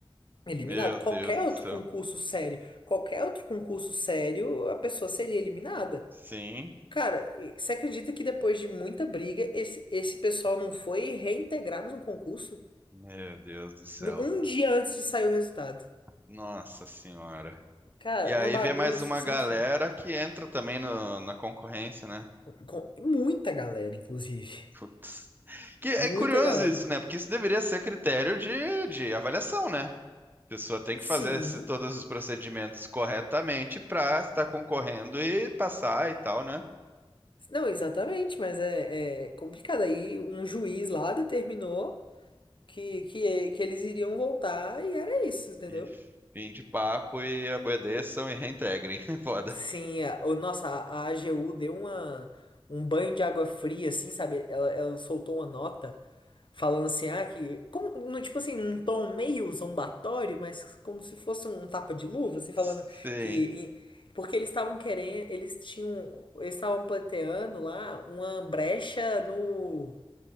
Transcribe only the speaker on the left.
Eliminado.
Qualquer
outro
concurso sério, qualquer outro concurso sério, a pessoa seria eliminada.
Cara, e você acredita que depois de muita briga, esse, esse pessoal não foi reintegrado no concurso?
No- Um dia antes de sair o resultado.
Cara,
uma bagunça
sem
fim.
Com muita galera, inclusive.
Muita
galera.
Sim.
Não, exatamente, mas é, é complicado. Aí um juiz lá determinou que, que, é, que eles iriam voltar e era isso, entendeu?
Sim, a, o- nossa, a a AGU deu uma, um banho de água fria, assim, sabe? Ela, ela soltou uma nota. Falando assim, ah, que. Como, no, tipo assim, num tom meio zombatório, mas como se fosse um tapa de luva, assim, falando
que. e- porque eles estavam querendo. Eles tinham. Eles estavam pleiteando lá uma brecha no,